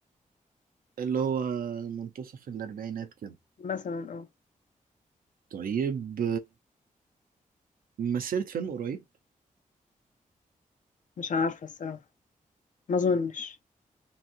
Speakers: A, on the right; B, on the left.
A: اللي هو منتصف الأربعينات كده
B: مثلا اه
A: طيب مثلت فيلم قريب
B: مش عارفة الصراحة ما اظنش